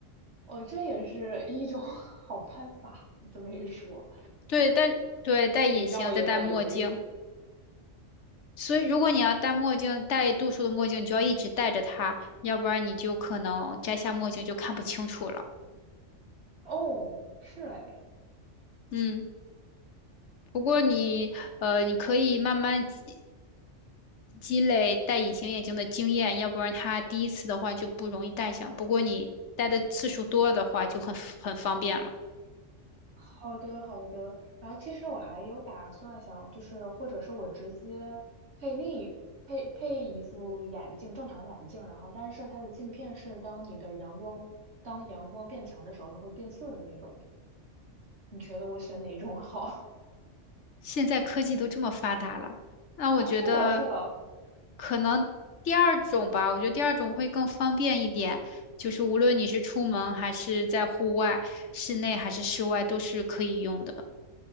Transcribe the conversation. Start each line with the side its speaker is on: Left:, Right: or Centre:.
Right: 哦，这也是一种 <laughs> 好办法。你这么一说，
Left: 对，戴对戴隐形再戴墨镜。
Right: 你让我有点犹豫。
Left: 所以如果你要戴墨镜，戴度数的墨镜，你就要一直戴着它，要不然你就可能摘下墨镜就看不清楚了。
Right: 哦，是哎，
Left: 嗯，不过你呃，你可以慢慢积积累戴隐形眼镜的经验，要不然它第一次的话就不容易戴上。不过你戴的次数多的话，就很很方便了。
Right: 好的好的。然后其实我还有打算想，就是或者是我直接配另一配配一副眼镜，正常眼镜，然后但是它的镜片是当你的阳光当阳光变强的时候，它会变色的那种。你觉得我选哪种好？
Left: 现在科技都这么发达了，
Right: <laughs>
Left: 那我觉得
Right: 啊，是的，是的，
Left: 可能第二种吧，我觉得第二种会更方便一点，就是无论你是出门还是在户外，室内还是室外，都是可以用的。